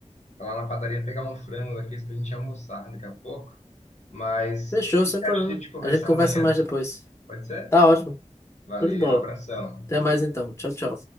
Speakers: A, on the left; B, on the left.
A: vou lá na padaria pegar um frango daqueles pra gente almoçar daqui a pouco. Mas
B: Fechou,
A: o
B: sem
A: que você
B: problema.
A: acha de a gente conversar
B: A gente conversa
A: amanhã?
B: mais depois.
A: Pode ser?
B: Tá ótimo.
A: Valeu,
B: Show de bola.
A: abração.
B: Até mais então. Tchau, tchau.